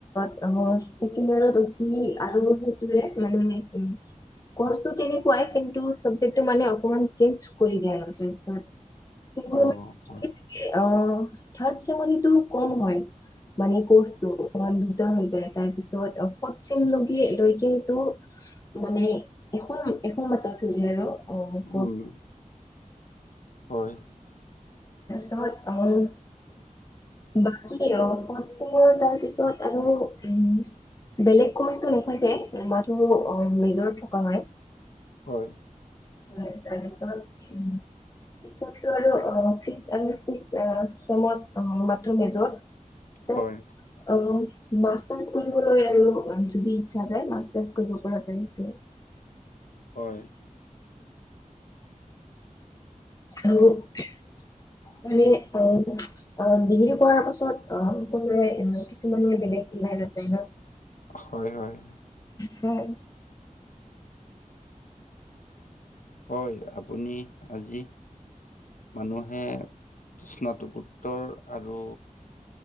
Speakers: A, on the left; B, on the left.
A: অ', ছেকেণ্ড ইয়েৰত‌ উঠি আৰু সেইটোৱে মানে কৰ্ছটো তেনেকুৱাই। কিন্তু চাবজেক্টো মানে অকমান চেঞ্জ কৰি দিয়ে আৰু তাৰপিছত। <unintelligible>
B: অ হয়
A: অ', থাৰ্ড চেমত সেইটো কম হয়। মানে কৰ্চটো <unintelligible> টো হৈ যায় তাৰপিছত ফৰ্থ ছেম লগি লৈকেটো মানে <unintelligible> আৰু।
B: উম,
A: অ
B: হয়।
A: <unintelligible> বাকী অ', ফৰ্ড ছেমৰ তাৰ পিছত আৰু উম। বেলেগ ক'ৰ্চটো নাথাকে মাথো মেজৰত থকা হয়।
B: হয়।
A: হয়, তাৰপিছত পিছতটো আৰু অ', ফিফট আৰু ছিক্স ছেমত মাত্ৰ মেজৰ তাত
B: হয়
A: অ'। মাষ্টাৰ্ছ কৰিবলৈ আৰু যদি ইচ্ছা যায় মাষ্টাৰ্ছ কৰিব পৰা যায় এইটোৱে।
B: হয়।
A: আৰু মানে অ', অ', ডিগ্ৰী কৰাৰ পাছত অ', সকলোৰে কিছুমানে বেলেগ লাইনত যায় ন'।
B: হয়, হয়।
A: হয়।
B: হয়, আপুনি আজি মানুহে, স্নাতকোত্তৰ আৰু